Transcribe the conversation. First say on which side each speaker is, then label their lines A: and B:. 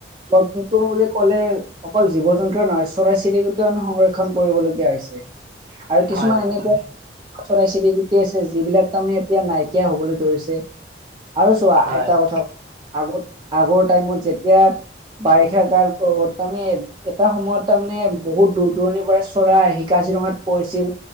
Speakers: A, on the right (about 25°); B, on the right (about 50°).
A: জীৱ জন্তু বুলি ক'লে, অকল জীৱ জন্তুৰে নহয় চৰাই চিৰিকটিৰো আমি সংৰক্ষণ কৰিবলগীয়া হৈছে। এক আৰু কিছুমান
B: হয় হয়
A: এনেকুৱা
B: হয়
A: চৰাই চিৰিকটি আছে, যিবিলাক তাৰমানে এতিয়া নাইকিয় হ'বলৈ ধৰিছে। আৰু চোৱা
B: হয়
A: এটা কথা আগত, আগৰ টাইমত যেতিয়া বাৰিষা কাল, তাৰমানে, এটা সময়ত তাৰমানে, বহুত দূৰ দূৰণিৰ পৰাৰে চৰাই আহি কাজিৰঙাত পৰিছিল।